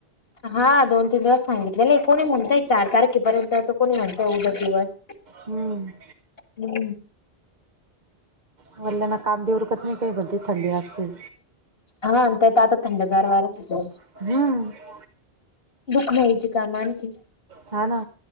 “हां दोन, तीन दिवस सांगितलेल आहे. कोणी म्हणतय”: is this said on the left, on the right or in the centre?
Left